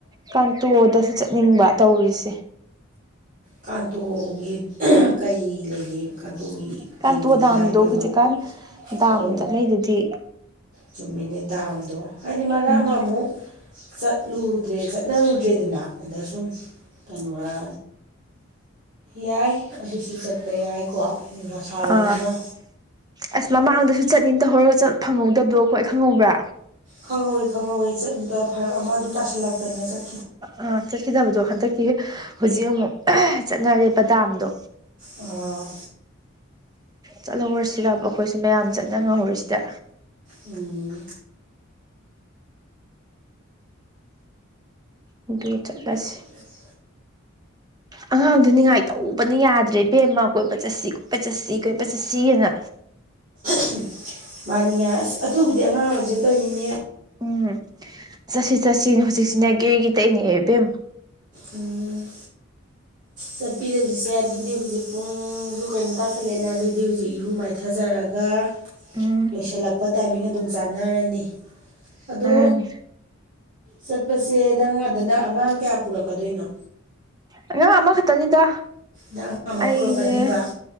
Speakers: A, on the right; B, on the right.
A: ꯀꯥꯡꯇꯣꯗꯁꯨ ꯆꯠꯅꯤꯡꯕ ꯇꯧꯔꯤꯁꯦ
B: ꯀꯥꯟꯇꯣꯒꯤ ꯀꯩ ꯂꯩꯒꯦ ꯀꯥꯟꯇꯣꯒꯤ
A: ꯀꯥꯟꯇꯣ
B: ꯌꯦꯡꯅꯤꯡꯉꯥꯏ
A: ꯗꯥꯝꯗꯣ
B: ꯀꯣꯏꯕꯝ
A: ꯍꯧꯖꯤꯛꯀꯥꯟ ꯗꯥꯝ
B: ꯑꯣ
A: ꯆꯠꯅꯩꯗꯨꯗꯤ
B: ꯆꯨꯝꯃꯤꯅꯦ ꯗꯥꯝꯗꯣ ꯍꯥꯏꯗꯤ ꯃꯔꯛ
A: ꯎꯝ
B: ꯑꯃ ꯑꯃꯨꯛ ꯆꯠꯂꯨ ꯗ꯭ꯔꯦ ꯆꯠꯅꯔꯨꯗ꯭ꯔꯦꯗꯅ ꯑꯗ ꯁꯨꯝ ꯀꯩꯅꯣꯔ ꯌꯥꯏ ꯑꯗꯨꯁꯨ ꯆꯠꯄ ꯌꯥꯏꯀꯣ ꯅꯨꯡꯁꯥ ꯁꯥꯕꯅꯤꯅ
A: ꯑ ꯑꯁ ꯃꯃꯥꯡꯗꯁꯨ ꯆꯠꯅꯤꯡ ꯇꯧꯍꯧꯔꯒ ꯆꯠ ꯐꯪꯍꯧꯗꯕꯗꯣ ꯑꯈꯣꯏ ꯈꯪꯍꯧꯕ꯭ꯔ
B: ꯈꯪꯍꯧꯋꯤ ꯈꯪꯍꯧꯋꯤ ꯆꯠꯅꯤꯗ ꯐꯔꯛ ꯑꯃ ꯑꯗꯨꯝ ꯇꯁꯤꯜꯂꯛꯇꯅ ꯆꯠ
A: ꯑꯥ ꯆꯠꯈꯤꯗꯕꯗꯣ ꯍꯟꯗꯛꯀꯤ ꯍꯧꯖꯤꯛ ꯑꯃꯨꯛ ꯆꯠꯅꯔꯦꯕ ꯗꯥꯝꯗꯣ
B: ꯑꯣ
A: ꯆꯠꯍꯧꯔꯁꯤꯔꯕ ꯑꯩꯈꯣꯏꯁꯨ ꯃꯌꯥꯝ ꯆꯠꯅ ꯉꯍꯧꯔꯤꯁꯤꯗ
B: ꯎꯝ
A: ꯑꯗꯨ ꯆꯠꯂꯁꯤ
B: ꯆꯠꯂꯁꯦ
A: ꯑꯉꯥꯡꯗꯨ ꯅꯤꯡꯉꯥꯏ ꯇꯧꯕꯅ ꯌꯥꯗ꯭ꯔꯦ ꯏꯕꯦꯝꯃ ꯀꯣꯏꯕ ꯆꯠꯁꯤ ꯀꯣꯏꯄ ꯆꯠꯁꯤ ꯀꯣꯏꯕ ꯆꯠꯁꯤ ꯅ
B: <inaudible> ꯃꯥꯅꯤꯉꯥꯏ ꯑꯁ ꯑꯗꯨꯕꯨꯗꯤ ꯑꯉꯥꯡ ꯑꯣꯏꯖꯇꯩꯅꯤꯅꯦ
A: ꯎꯝ ꯆꯠꯁꯤ ꯆꯠꯁꯤꯅ ꯍꯧꯖꯤꯛꯁꯤꯅ ꯒꯦꯒꯤ ꯇꯛꯅꯦ ꯏꯕꯦꯝ
B: ꯎꯝ ꯆꯠꯄꯤꯔꯁꯤꯁꯦ ꯑꯗꯨꯗꯤ ꯍꯧꯖꯤꯛ ꯄꯨꯡꯁꯨ ꯀꯩꯅꯣ ꯇꯥꯥꯁꯜꯂꯦꯅ ꯑꯗꯨꯗꯤ ꯍꯧꯖꯤꯛ ꯏꯔꯨ ꯃꯥꯏꯊꯖꯔꯒ ꯒ
A: ꯎꯝ
B: ꯂꯣꯏꯁꯤꯜꯂꯛꯄ ꯇꯥꯏꯃꯤꯡ ꯑꯗꯨꯝ ꯆꯥꯟꯅꯔꯅꯤ ꯑꯗꯣ
A: ꯇꯔꯅꯤ
B: ꯆꯠꯄꯁꯦ ꯅꯪ ꯑꯗ ꯅꯪ ꯑꯉꯥꯡ ꯀꯌꯥ ꯄꯨꯔꯛꯀꯗꯣꯏꯅꯣ
A: ꯑꯉꯥꯡ ꯑꯃꯈꯛꯇꯅꯤꯗ
B: ꯅꯪ ꯑꯉꯥꯡ ꯑꯃ
A: ꯑꯩꯅꯦ
B: ꯄꯨꯔꯛꯀꯅꯤꯕ